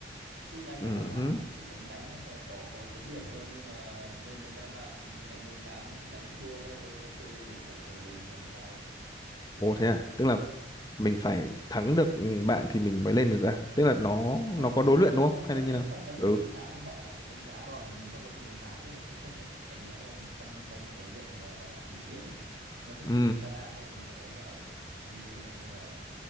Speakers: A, on the right; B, on the left.
A: Chứ đai
B: ừ.
A: trắng đai vàng
B: hứ.
A: thì mình chỉ đánh đánh rồi có có chấm điểm thôi nhưng mà lên đến đai vàng đánh đối kháng đánh thua nữa thôi lại chưa lên được lại chờ lần lần sau hơi
B: Ồ
A: đen
B: thế à? Tức là mình phải thắng được ừ, bạn thì mình mới lên được à? Tức là
A: nó
B: nó
A: không không hẳn
B: nó có
A: cần
B: đối
A: thắng
B: luyện đúng
A: đâu nhưng
B: không? Hay
A: mà
B: là như
A: tức
B: nào?
A: là trong quá
B: Ừ.
A: trình đối kháng thì họ họ sẽ đánh giá đòn của mình trong quá trình đối kháng chứ nó không không phải chỉ là đánh giá đòn trong trong cái việc ờ, biểu diễn ấy nó không
B: Ừ.
A: không chỉ đánh kata không mà nó có cả kumite nữa thế là